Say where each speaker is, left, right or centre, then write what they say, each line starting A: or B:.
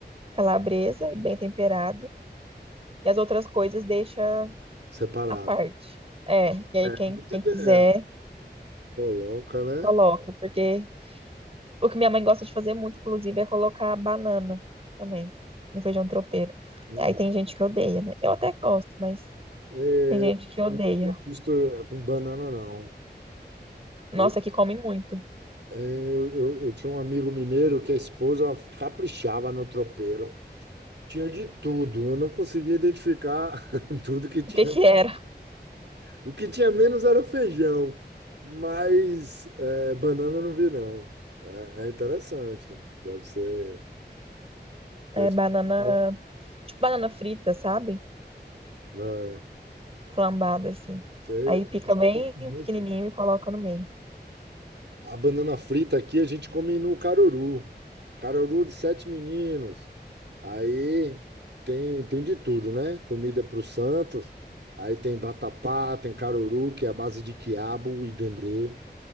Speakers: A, on the right; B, on the right.
A: calabresa e bem temperado. E as outras coisas deixa
B: separado.
A: à parte. É, e aí
B: É
A: quem,
B: uma boa
A: quem
B: ideia.
A: quiser
B: Coloca, né?
A: coloca, porque o que minha mãe gosta de fazer muito, inclusive, é colocar banana também no feijão tropeiro.
B: Hum,
A: Aí tem gente que odeia, né? Eu até gosto, mas
B: é,
A: tem gente que odeia.
B: não tinha visto é, com banana, não.
A: Nossa,
B: Eu,
A: que come muito.
B: É, Eu, eu, eu tinha um amigo mineiro que a esposa caprichava no tropeiro. Tinha de tudo. Eu não conseguia identificar <laughs> tudo que tinha.
A: O que que era?
B: O que tinha menos era feijão, mas é, banana eu não vi, não. É, é interessante. Deve ser.
A: É
B: Deve ser.
A: banana,
B: bom,
A: tipo banana frita, sabe?
B: né?
A: Flambada, assim.
B: Sei,
A: Aí
B: a
A: pica
B: gente
A: bem
B: come
A: pequenininho
B: muito.
A: e coloca no meio.
B: A banana frita aqui a gente come no caruru. Caruru de sete meninos. Aí tem, tem de tudo, né? Comida para os santos. Aí tem vatapá, tem caruru, que é a base de quiabo e dendê.